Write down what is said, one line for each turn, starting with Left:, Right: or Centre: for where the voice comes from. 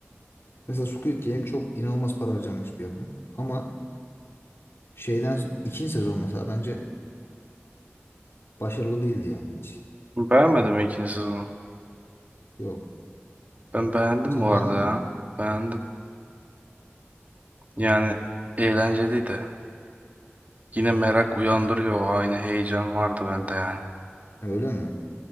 Left: Mesela Squid Game çok inanılmaz para harcanmış bir yapım. Ama Şeyden ikinci sezon mesela bence başarılı değildi yani hiç.
Right: Beğenmedim ikinci sezonu.
Left: Yok.
Right: Ben beğendim
Left: Sen
Right: bu arada
Left: beğendin mi?
Right: ya. Beğendim. Yani eğlenceliydi. Yine merak uyandırıyor. o Aynı heyecan vardı bende yani.
Left: Öyle mi?